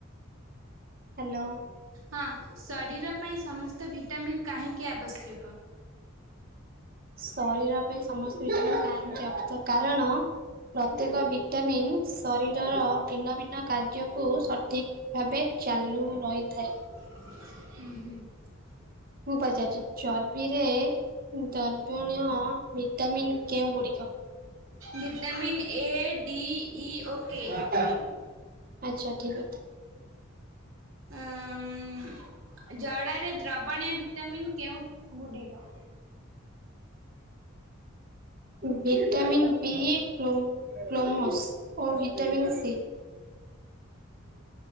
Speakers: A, on the right; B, on the right.
A: ହ୍ୟାଲୋ।
B: ହଁ, ଶରୀର ପାଇଁ ସମସ୍ତ ଭିଟାମିନ୍ କାହିଁକି ଆବଶ୍ୟକ?
A: ଶରୀର ପାଇଁ ସମସ୍ତ ଭିଟାମିନ୍ କାହିଁକି ଆବଶ୍ୟକ କାରଣ ପ୍ରତ୍ୟେକ ଭିଟାମିନ୍ ଶରୀରର ଭିନ୍ନ ଭିନ୍ନ କାର୍ଯ୍ୟକୁ ସ ଠିକ୍ ଭାବେ ଚାଲୁ ରହିଥାଏ।
B: ହୁଁ, ହୁଁ।
A: ମୁଁ ପଚାରୁଚି ଚର୍ବିରେ ଉ, ଦର୍ବଣୀୟ ଭିଟାମିନ୍ କେଉଁ ଗୁଡ଼ିକ?
B: ଭଟାମିନ୍ ଏ, ଡି। ଇ ଓ କେ
A: ଆଚ୍ଛା ଠିକ୍ କଥା।
B: ଅଁ, ଉଁ, ଜଡରେ ଦ୍ରବଣୀୟ ଭିଟାମିନ୍ କେଉଁ ଗୁଡିକ?
A: ଭିଟାମିନ୍ ବି ଇ କ୍ଲୋ କ୍ଲୋମୋସ ଓ ଭଟାମିନ୍ ସି।